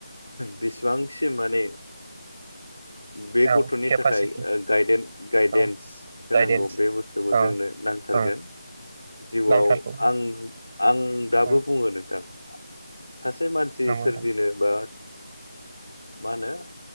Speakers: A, on the left (about 85°); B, on the right (about 25°).
A: बिसिबांसि माने।
B: नोंथां
A: बे गथ'नि
B: औ केपासिटि
A: थाखाय गायद गायदेन्स
B: औ
A: होनांगौ
B: गायदेन्स
A: बे बुस्थुखौ
B: औ
A: जोंनो नांथारगोन
B: औ
A: जिउआव
B: नांथारगौ
A: आं। आं दाबो
B: औ
A: बुङो नों। <inaudible> सासे मानसि
B: नंगौ
A: सोरजिनो
B: नोंथां
A: बा। मा होनो।